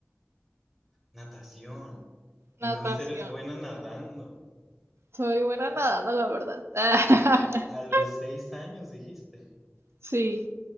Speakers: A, in the centre; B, on the right (about 70°).
A: Natación. Entonces
B: natación.
A: eres buena nadando.
B: Soy buena nadando, la verdad. <laughs>
A: A los seis años dijiste.
B: Sí,